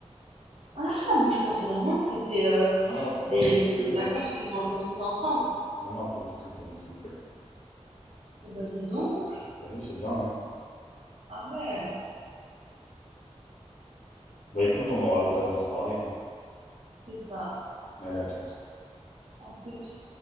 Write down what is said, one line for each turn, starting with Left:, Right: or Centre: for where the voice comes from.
Right: Ah, moi je pensais vraiment que c'était euh,
Left: Non, non, c'était pas
Right: des,
Left: du tout prévu
Right: des
Left: en
Right: vacances
Left: fait.
Right: qu'ils ont organisées ensemble.
Left: Non, non, pas du tout, pas du tout.
Right: Eh Ben dis donc.
Left: T'as vu, c'est dingue. hein.
Right: Ah ouais,
Left: Bah écoute, on aura l'occasion d'en reparler. hein.
Right: c'est ça,
Left: Allez, à toute.
Right: en toute.